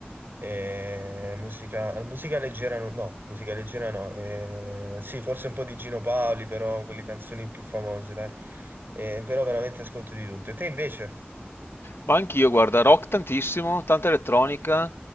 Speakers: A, on the right (about 60°); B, on the left (about 75°).
A: eh, musica, musica leggera no, no, musica leggera no, eh, sì, forse un po' di Gino Paoli, però quelle canzoni più famose, dai. Eh, però veramente ascolto di tutto. E te invece?
B: Ma anch'io, guarda, rock tantissimo, tanta elettronica,